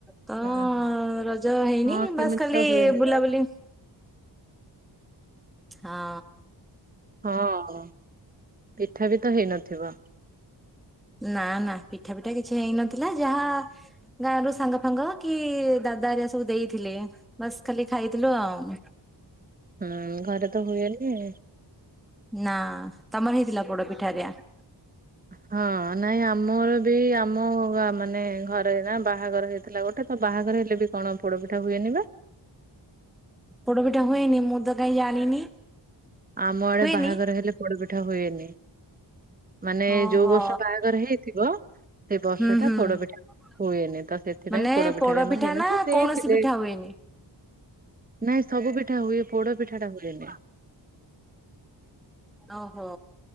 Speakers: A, in the centre; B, on the right (about 20°).
A: ତ
B: ହଁ ହଁ
A: ରଜ ହେଇନି
B: ହଁ ସେମିତି
A: ବାସ ଖାଲି
B: ତ ହୁଏନି
A: ବୁଲାବୁଲି।
B: ନା
A: ହଁ।
B: ହଁ ପିଠା ପି ତ ହେଇନଥିବ।
A: ନା ନା ପିଠା ପିଠା କିଛି ହେଇନଥିଲା ଯାହା ଗାଁ ର ସାଙ୍ଗ ଫାଙ୍ଗ କି ଦାଦା ଆରିଆ ସବୁ ଦେଇଥିଲେ ବାସ୍ ଖାଲି ଖାଇଥିଲୁ ଆଉ।
B: ହୁଁ ଘରେ ତ ହୁଏନି। ହୁଁ।
A: ନା ତମର ହେଇଥିଲା ପୋଡ ପି <unintelligible>
B: ହଁ ନାଇଁ ଆମର ବି ଆ ମୋ ଗାଁ ମାନେ ଘରେ ନା ବାହାଘର ହେଇଥିଲା ଗୋଟେ ତ ବାହାଘର ହେଲେ ବି କଣ? ପୋଡପିଠା ହୁଏନି ବା
A: ପୋଡପିଠା ହଏନି। ମୁଁ ତ କାଇହିଁ ଜାଣିନି।
B: ଆମ ଆଡେ
A: ହୁଏନି
B: ବାହାଘର ହେଲେ ପୋଡ଼ ପିଠା ହୁଏ। ଉଁ। ମାନେ
A: ଓହୋ
B: ଯୋଉ ବର୍ଷ ବାହାଘର ହେଇଥିବ ସେ ବର୍ଷଟା
A: ହୁଁ ହୁଁ।
B: ପୋଡପିଠା ହୁଏନି ତ ସେଥିପାଇଁ
A: ମାନେ
B: ପୋଡପିଠା
A: ପୋଡ
B: ବି ଆମର
A: ପିଠା
B: ହେଇନଥିଲା
A: ନା
B: ଦେଇଥିଲେ।
A: କୌଣସି ପିଠା ହୁଏନି?
B: ନାଇଁ ସବୁ ପି ଠା ହୁଏ ପୋଡ଼ ପିଠାଟା ହୁଏନି।
A: ଓହୋ।